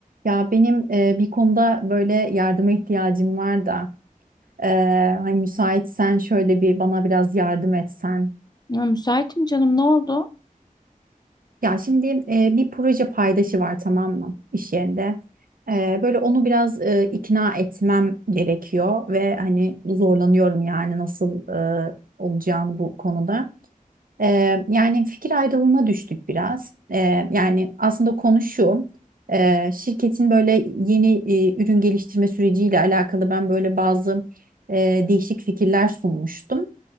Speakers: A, on the right (about 75°); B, on the left (about 30°).
A: Ya benim e, bir konuda böyle yardıma ihtiyacım var da e, hani müsaitsen şöyle bir bana biraz yardım etsen.
B: Ya müsaitim canım ne oldu?
A: Ya şimdi e, bir proje paydaşı var tamam mı iş yerinde. E, böyle onu biraz e, ikna etmem gerekiyor ve hani zorlanıyorum yani nasıl e, olacağını bu konuda. Ee, yani fikir ayrılığına düştük biraz. Ee, yani aslında konu şu. ee, şirketin böyle yeni e, ürün geliştirme süreciyle alakalı ben böyle bazı e, değişik fikirler sunmuştum.